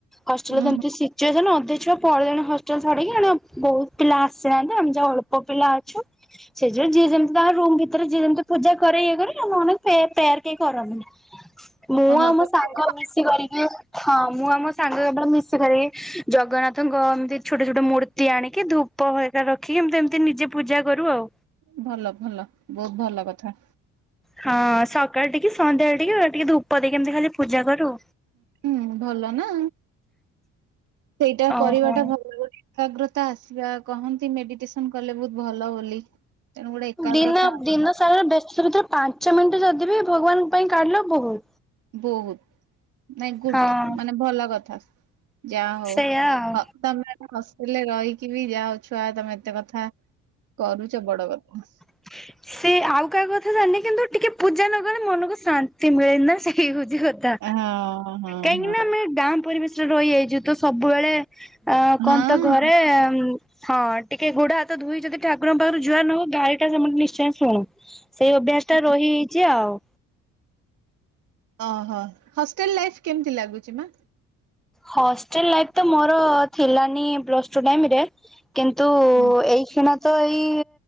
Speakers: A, in the centre; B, on the right (about 70°).
A: ହଷ୍ଟେଲତି
B: ଉଁ ହୁଁ
A: ସିଜୀୟାର ହେଲା ଅଧେ ଛୁଆ ପଳେଇଲେ ହଷ୍ଟେଲ ଛଡିକି ବହୁତ ପିଲା ଆସିନାହାନ୍ତି ଆମେ ଯଉ ଅଳ୍ପ ପିଲା ଅଛୁ ସେଥିଉ ଯିଏ ଯେମିତି ତାଙ୍କ ରୁମ ଭିତରେ ଯିଏ ଯେମିତି ପୂଜା କର ଇଏ କର ଆମ ଅନକ ପ୍ରେୟାର କେହି କରନ୍ତିନି। ମୁଁ
B: ଓହୋ।
A: ଆମ ସାଙ୍ଗ ମିଶି କରିକି ହଁ ମୁଁ ଆମ ସାଙ୍ଗ କେବଳ ମିଶି କରିବି ଜଗନ୍ନାଥଙ୍କ ଏମିତି ଛୋଟ ଛୋଟ ମୂର୍ତ୍ତି ଆଣିକି ଧୂ ପହର ରଖିକି ଏମତି ଏମିତି ନିଜେ ପୂଜା କରୁ ଆଉ।
B: ଭଲ ଭଲ ବହୁତ ଭଲ କଥା।
A: ହଁ ସକାଳ ଟିକେ ସନ୍ଧ୍ୟାଳେ ଟିକେ ଟିକେ ଧୂପ ଦେଇ ଏମିତି ଖାଲି ପୂଜା କରୁ
B: ହୁଁ ଭଲ ନାଁ ସେଇଟା କରିବାଟା
A: ଓହୋ।
B: ଭଲ ବୋଲି ଏକାଗ୍ରତା ଆସିବା କହନ୍ତି ମେଡିଟେସନ କଲେ ବହୁତ ଭଲ ବୋଲି। ତେଣୁ ଗୋଟେ ଏକାଗ୍ରତା
A: ଦିନ ଦିନ ସାରା ବ୍ୟସ୍ତ ଭିତରେ ପାଞ୍ଚ ମିନିଟ ଯଦି ବିି ଭଗବାନଙ୍କ ପାଇଁ କାଢିଲ ବହୁତ।
B: ବହୁତ ନାଇଁ ଗୁଡ୍
A: ହଁ
B: ମାନେ ଭଲ କଥା। ଯାହା ହଉ
A: ସେଇଆ ଆଉ।
B: ତମ ହ ହେଲେ ରହିକି ବି ଯା ହ ଛୁଆ ତମେ ଏତେ କଥା କରୁଛ ବଡ କଥା।
A: <unintelligible> ସେ ଆଉ କାହା କଥା ଜାଣିନି କିନ୍ତୁ ଟିକେ ପୂଜା ନ କଲେ ମନକୁ ଶାନ୍ତି ମିଳେନି ନା ସେଇ କଥା
B: ହଁ ହଁ
A: କାହିଁକି
B: ହଁ।
A: ନା ଆମେ ଗାଁ ପରିବେଶ ରହିଯାଇଛି ତ ସବୁବେଳେ ଅ
B: ହଁ
A: କହନ୍ତ ଘରେ ହଁ ଟିକେ ଗୋଡ ହାତ ଧୋଇ ଯଦି ଠାକୁରଙ୍କ ପାଖରୁ ଜୁହାର ନହୋଉ ଗାଲି ଟା ମାନେ ନିଚୟ ଶୁଣୁ। ସେଇ ଅଭ୍ୟାସ ଟା ରହି ହେଇଛି ଆଉ।
B: ଓହୋ ହଷ୍ଟେଲ ଲାଇଫ କେମତି ଲାଗୁଛି ମା?
A: ହଷ୍ଟେଲ ଲାଇଫ ତ ମୋର ଥିଲାନି ପ୍ଲସ ଟୁ ଟାଇମରେ କିନ୍ତୁ
B: ହୁଁ
A: ଏଇ କ୍ଷିଣା ତ ଏଇ